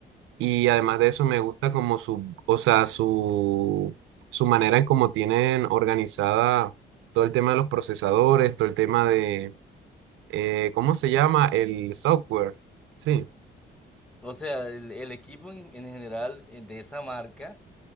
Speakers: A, on the right; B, in the centre.
A: Y además de eso me gusta como su, o sea, su, su manera en cómo tienen organizada todo el tema de los procesadores, todo el tema de, eh, ¿cómo se llama? El software. Sí.
B: O sea, el, el equipo en, en general eh, de esa marca.